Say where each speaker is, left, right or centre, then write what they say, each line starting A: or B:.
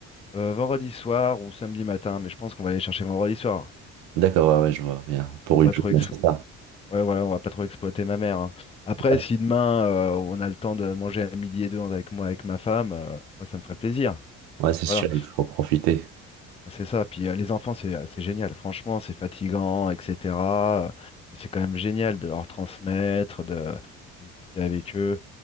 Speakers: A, on the left; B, on the right.
A: Euh, vendredi soir ou samedi matin, mais je pense qu'on va aller chercher vendredi soir.
B: D'accord, ouais, ouais, je vois bien. Pour
A: On va pas
B: une journée,
A: trop ex-
B: c'est ça.
A: Ouais, voilà, on va pas trop exploiter ma mère. hein. Après,
B: Ouais,
A: si demain euh, on a le temps de manger à midi et deux avec moi, avec ma femme, euh, moi ça me ferait plaisir.
B: Ouais, c'est sûr,
A: Voilà,
B: il faut profiter.
A: c'est ça. Puis euh, les enfants, c'est euh, c'est génial. Franchement, c'est fatigant, etc. euh, mais c'est quand même génial de leur transmettre, de, de discuter avec eux.